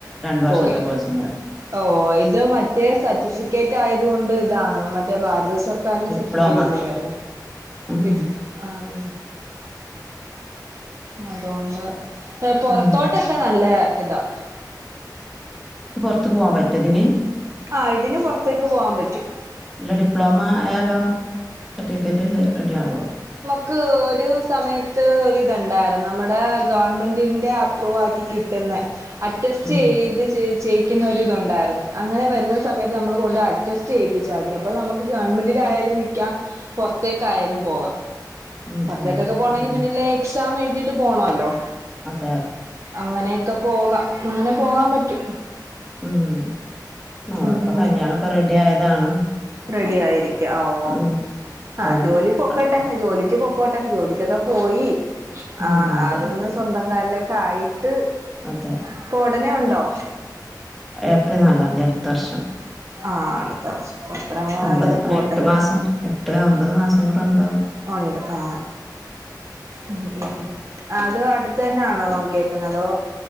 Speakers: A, in the centre; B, on the right (about 40°).
A: രണ്ടുവർഷത്തെ
B: പോയി
A: കോഴ്സിന്കേറി
B: ഓ ഇത് മറ്റേ സർട്ടിഫിക്കറ്റായതുകൊണ്ട് ഇതാണ് മറ്റേ ഭാരത സർ കറന്റ്‌
A: ഡിപ്ലോമ
B: സട്ടിഫിക്കറ്റ് അല്ലേ വരുന്നെ
A: ഉം
B: ഡിപ് ആം അതുകൊണ്ട് പൊറത്തോട്ടൊക്കെ
A: ഉം
B: നല്ല ഇതാ
A: ഇത് പൊറ്ത്തു പോവാ പറ്റോ ഇതിന്
B: ആ ഇതിന് പൊറ്ത്തേക്ക് പോവാപറ്റും
A: അല്ല ഡിപ്ലോമ ആയാലോ സട്ടിഫിക്കറ്റ് റെഡി ആവുവൊ
B: ക്ക് ഒരു സമയത്ത് ഒരിതൊണ്ടാര്ന്നു നമ്മടെ ഗവൺമെന്റിൻ്റെ അപ്രൂവാക്കി കിട്ട്ന്നെ അറ്റസ്റ്റ്
A: ഉം
B: ചെയ്ത് ചെയ് ചെയ്ക്കുന്നൊരിതൊണ്ടാര്ന്ന് അങ്ങനെ വരുന്ന സമയത്ത് നമ്മള് കൊണ്ട് അറ്റസ്സ്റ്റ് ചെയ്യിപ്പിച്ചാതി അപ്പ നമക്ക് ഗവൺമെന്റിലായാലും നിക്കാം പൊറ്ത്തേക്കായലും പോകാം
A: അതെ
B: പൊറ്ത്തേക്കൊക്കെ പോണോങ്കി
A: ഉം
B: പിന്നെ ലെ എക്സാമെഴ്തിട്ട് പോണോല്ലോ
A: അതെ
B: അങ്ങനെയൊക്കെ പോകാം അങ്ങനെ പോകാൻ പറ്റൂ
A: ഉം മൊളെ
B: ഉം
A: ഇപ്പോ കല്യാണൊക്കെ റെഡി ആയതാണ്
B: റെഡി ആയിരിക്കാം ഓ
A: ഉം ഇപ്പൊ
B: ആ ജോലി പൊക്കട്ടെ
A: അടുത്ത
B: ജോലിക്ക് പൊ പൊക്കോട്ടെ ജോലിക്കൊക്കെ പോയി
A: ഉം
B: ആ
A: അതെ
B: അതൊന്ന് സ്വന്തം കാല്ലൊക്കെ ആയി ട്ട്
A: അതെ
B: ഇപ്പൊ ഒടനെ ഉണ്ടോ
A: ഏപ്രി ൽനാലാതി അടുത്ത വർഷം
B: ആ അടുത്തവർഷംഅത്രനാ
A: ഒമ്പത്
B: വരെ പോട്ടെ
A: ആ എട്ട് മാസം എട്ട് അമ്പത് മാസം കൂടെ ഒണ്ടാവും
B: ഒണ്ട് ആ ഉ ഉം ഉ അത് അടുത്ത തന്നൊണോ നോക്കിയക്കെന്ന അതോ